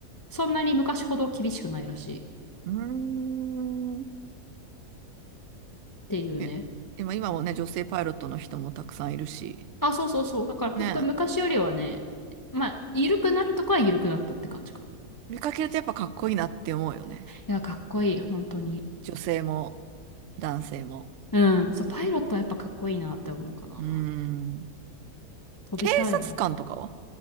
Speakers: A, on the left; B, on the right.
A: そんなに昔ほど厳しくないらしいっ
B: うん。うーん。
A: ていうね。
B: ねでも今もね、女性パイロットの人もたくさんいるし。
A: あ、そうそうそう。だから本当昔よりはね、
B: ねえ
A: まあ、緩くなるとこは緩くなったって感じかな。い
B: 見かけるとやっぱかっこいいなって思うよね。
A: や、かっこいい、本当に。
B: 女性も男性も。
A: うん。そう、パイロットはやっぱかっこいいなって思うかな。
B: うーん。
A: 飛びたいもん。
B: 警察官とかは